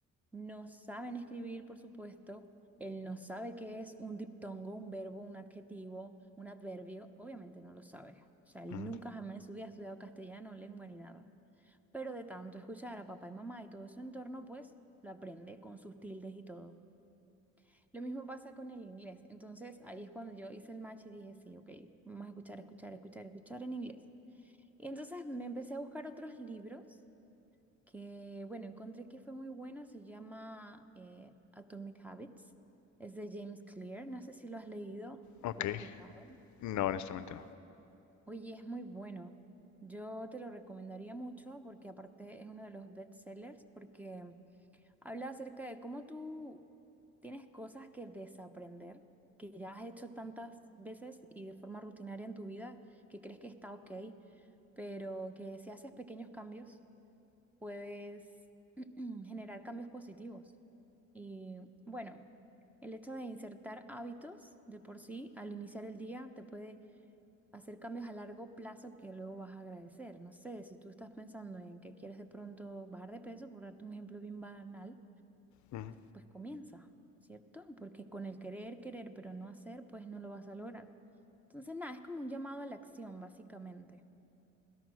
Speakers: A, in the centre; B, on the left.
A: no saben escribir, por supuesto. Él no sabe qué es un diptongo, un verbo, un adjetivo, un adverbio. Obviamente no lo sabe. O sea, él
B: ujú.
A: nunca jamás en su vida ha estudiado castellano, lengua ni nada. Pero de tanto escuchar a papá y mamá y todo su entorno, pues lo aprende con sus tildes y todo. Lo mismo pasa con el inglés. Entonces ahí es cuando yo hice el match y dije, sí, ok, vamos a escuchar, escuchar, escuchar, escuchar en inglés. Y entonces me empecé a buscar otros libros que, bueno, encontré que fue muy buena, se llama eh, Atomic Habits, es de James Clear, no sé si lo has leído
B: Ok,
A: o escuchado.
B: no, honestamente
A: Oye, es muy bueno, yo te lo recomendaría mucho porque aparte es uno de los bestsellers porque habla acerca de cómo tú tienes cosas que desaprender, que ya has hecho tantas veces y de forma rutinaria en tu vida que crees que está ok, pero que si haces pequeños cambios puedes <clears throat> generar cambios positivos. Y bueno, el hecho de insertar hábitos de por sí al iniciar el día te puede hacer cambios a largo plazo que luego vas a agradecer. No sé, si tú estás pensando en que quieres de pronto bajar de peso, por darte un ejemplo bien banal,
B: no.
A: pues comienza, ¿cierto? Porque con el querer, querer, pero no hacer, pues no lo vas a lograr. Entonces, nada, es como un llamado a la acción, básicamente.